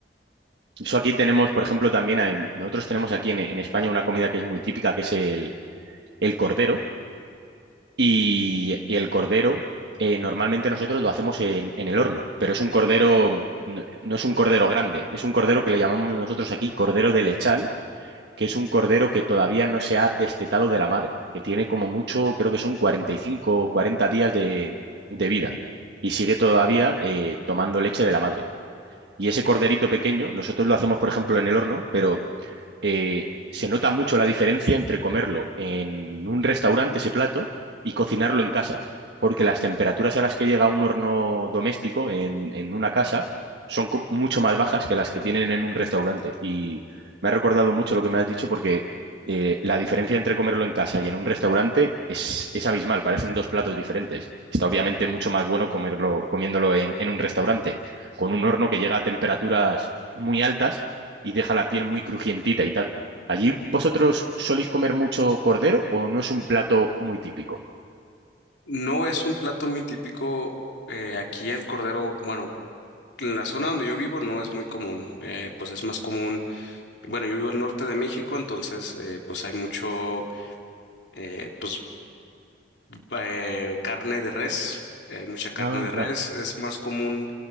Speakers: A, on the right (about 70°); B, on the left (about 85°).
A: Eso aquí tenemos, por ejemplo, también, hay- nosotros tenemos aquí en, en España una comida que es muy típica, que es el, el cordero, Y, y el cordero, eh, normalmente nosotros lo hacemos en, en el horno, pero es un cordero, no, no es un cordero grande, es un cordero que le llamamos nosotros aquí cordero de lechal, que es un cordero que todavía no se ha destetado de la madre, que tiene como mucho, creo que son 45 o 40 días de, de vida y sigue todavía eh, tomando leche de la madre. Y ese corderito pequeño, nosotros lo hacemos, por ejemplo, en el horno, pero eh, se nota mucho la diferencia entre comerlo en un restaurante ese plato y cocinarlo en casa, porque las temperaturas a las que llega un horno doméstico en, en una casa son co- mucho más bajas que las que tienen en un restaurante. Y me ha recordado mucho lo que me has dicho porque eh, la diferencia entre comerlo en casa y en un restaurante es, es abismal, parecen dos platos diferentes. Está obviamente mucho más bueno comerlo, comiéndolo en, en un restaurante, con un horno que llega a temperaturas muy altas y deja la piel muy crujientita y tal. ¿Allí vosotros soléis comer mucho cordero o no es un plato muy típico?
B: No es un plato muy típico. eh, aquí el cordero, bueno, en la zona donde yo vivo no es muy común. eh, pues es más común. Bueno, yo vivo al norte de México, entonces eh, pues hay mucho, eh, pues eh, carne de res. Hay mucha carne
A: Anda.
B: de res. Es más común,